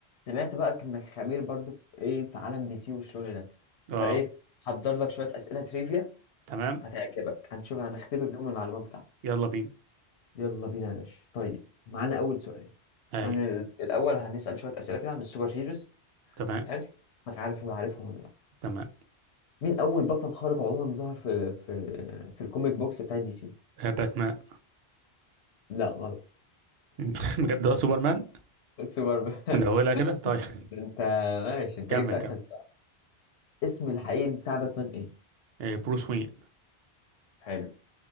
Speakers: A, on the left; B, on the right.
A: سمعت بقى انك خبير برضو في ايه في عالم دي سي وشلون ده فايه
B: اه
A: حضر لك شويه اسئله تريفيا
B: تمام
A: هتعجبك هنشوف هنختبر بيهم المعلومات بتاعتك
B: يلا بينا
A: يلا بينا يا باشا طيب معانا اول سؤال
B: اي
A: عن ال- الاول هنسال شويه اسئله كده عن السوبر هيروز
B: تمام
A: حلو هتعرف ولا عارفهم ولا لا
B: تمام
A: مين اول بطل خارق عموما ظهر في في في الكوميك بوكس بتاع دي سي
B: آه، باتمان
A: لا غلط
B: <laughs> بجد هو سوبرمان
A: سوبر مان
B: من اولها كده طيب
A: <laughs> انت ماشي انت
B: كمل
A: جيت في
B: كمل
A: اسهل اسم الحقيقي بتاع باتمان ايه
B: آه، بروس وين
A: حلو